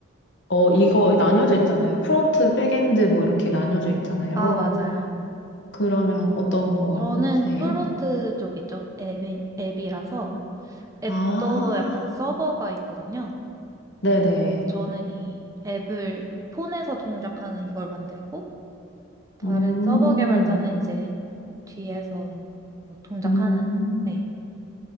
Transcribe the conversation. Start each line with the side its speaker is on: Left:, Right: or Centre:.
Left: 어, 이거 나뉘어져 있잖아요. 프론트, 백엔드 뭐 이렇게 나뉘어져 있잖아요.
Right: 아, 맞아요.
Left: 그러면 어떤 거세요?
Right: 저는 프론트 쪽이죠. 앱이, 앱이라서
Left: 네.
Right: 앱도
Left: 아,
Right: 약간 서버가 있거든요.
Left: 네네.
Right: 그래서 저는 이 앱을 폰에서 동작하는 이걸 만들고 다른
Left: 음,
Right: 서버 개발자는 이제 뒤에서 뭐 동작하는.
Left: 음.
Right: 네,